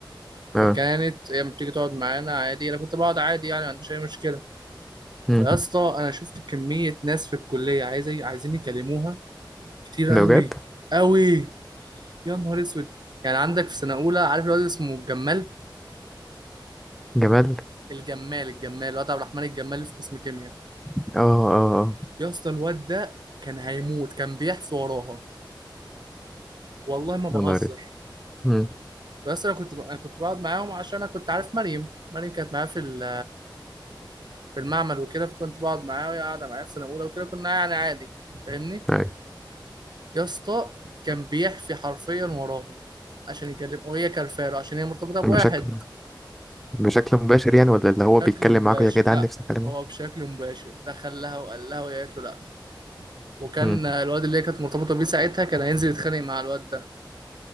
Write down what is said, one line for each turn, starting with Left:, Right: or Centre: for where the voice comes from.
Centre: اه
Right: فكانت هي بتيجي تقعد معانا عادي انا كنت بقعد عادي يعني ما عنديش اي مشكله
Centre: مم.
Right: فيا اسطى انا شفت كميه ناس في الكليه عايزه عايزين يكلموها كتير
Centre: ده
Right: قوي
Centre: بجد
Right: قوي يا نهار اسود يعني عندك في سنه اولى عارف الواد اسمه الجمال
Centre: جمال
Right: الجمال الجمال الواد عبد الرحمن الجمال اللي في قسم كيمياء
Centre: اه اه اه
Right: يا اسطى الواد ده كان هيموت كان بيحفي وراها والله ما بهزر
Centre: يا نهار أسود. مم.
Right: بس انا كنت ب... انا كنت بقعد معاهم عشان انا كنت عارف مريم مريم كانت معايا في ال... في المعمل وكده فكنت بقعد معاها وهي قاعده معايا في سنه اولى وكده كنا يعني عادي فاهمني
Centre: أيوة.
Right: يا اسطى كان بيحفي حرفيا وراهم عشان يكلم وهي كرفاله عشان هي مرتبطه بواحد
Centre: بشكل بشكل مباشر يعني ولا اللي هو
Right: بشكل
Centre: بيتكلم
Right: مباشر
Centre: معاك يا جدعان
Right: لا
Centre: نفسي اكلمه
Right: هو بشكل مباشر دخل لها وقال لها وهي قالت له لا وكان
Centre: امم
Right: الواد اللي هي كانت مرتبطه بيه ساعتها كان هينزل يتخانق مع الواد ده